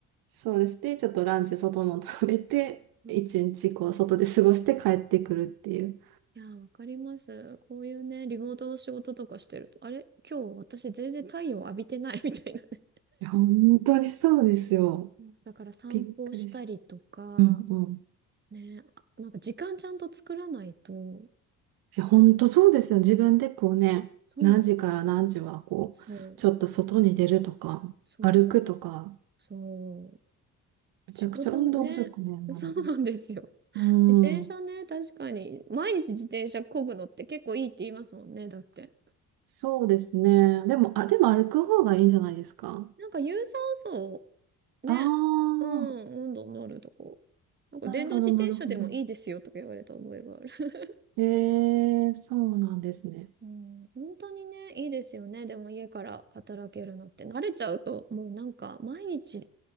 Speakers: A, on the right; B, on the right.
A: そうです。で、ちょっとランチ外の食べて、
B: うん
A: 一日こう、外で過ごして帰ってくるっていう。
B: いやー、わかります。こういうね、リモートの仕事とかしてると、あれ今日私全然太陽浴びてない <laughs> みたいなね。
A: いや、本当にそうですよ。
B: うんだから散歩したりとか、
A: びっくりし、うんうん。
B: ね、あなんか時間ちゃんと作らないと、
A: いや、本当そうですよ。自分でこうね、
B: そうなの。
A: 何時から何時はこう、
B: そう、
A: ちょっと外に出るとか、
B: そうそう、
A: 歩くとか、
B: そう。
A: めちゃくちゃ運動不足ね、
B: 仕事ね、<laughs>
A: なるも
B: そうなんですよ。
A: ん。
B: 自転車ね、
A: うん。
B: 確かに。毎日自転車漕ぐのって結構いいって言いますもんね、だって。
A: そうですね。でも、
B: うん。
A: あ、でも歩く方がいいんじゃないですか
B: なんか有酸素をね、
A: ああー、
B: うん、温度のあるとこ。なんか電動自転車でもいいですよとか言われた覚えがある。
A: なるほど、なるほど。
B: <laughs>
A: ええ、そうなんですね。
B: うん、本当にね、いいですよね。でも家から働けるのって。慣れちゃうと、もうなんか毎日